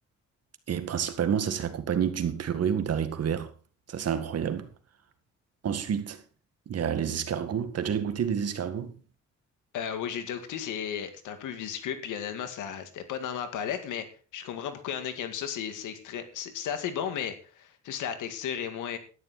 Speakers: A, on the right (about 55°); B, on the left (about 80°).
A: Et principalement, ça, c'est accompagné d'une purée ou d'haricots verts. Ça, c'est incroyable. Ensuite, il y a les escargots. T'as déjà goûté des escargots?
B: Euh, oui, j'ai déjà goûté. C'est, c'est un peu visqueux. Puis honnêtement, ça, c'était pas dans ma palette, mais je comprends pourquoi il y en a qui aiment ça. C'est, c'est extra- c'est c'est assez bon, mais juste la texture est moins,